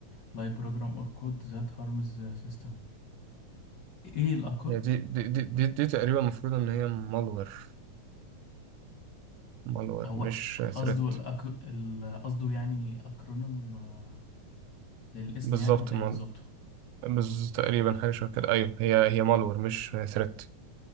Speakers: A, on the left; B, on the right.
A: like program or code that harms the system. إيه الأكر؟
B: هي دي دي دي, دي, دي تقريبا المفروض ان هي مالور مالور
A: هو
B: مش ثريت
A: قصده الأك... ال- قصده يعني أكرونيم آه، للاسم
B: بالظبط
A: يعني ولا
B: مال
A: إيه بالظبط؟
B: بز... تقريبا حاجه شبه كده ايوه هي هي مالور مش ثريت